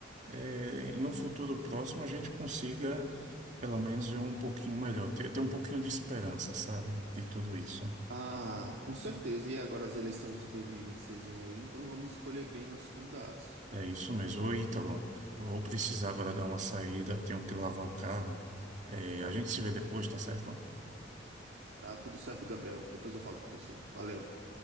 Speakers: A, on the right; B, on the right.
A: eh, em um futuro próximo, a gente consiga, pelo menos, ver um pouquinho melhor, ter, ter um pouquinho de esperança, sabe, de tudo isso.
B: Ah, com certeza. E agora as eleições de 2026 vêm aí, então vamos escolher bem nossos candidatos.
A: É isso mesmo. Ô, Ítalo, eu vou precisar agora dar uma saída, tenho que lavar o carro. Eh, a gente se vê depois, tá certo?
B: Tá tudo certo, Gabriel. Depois eu falo com você. Valeu.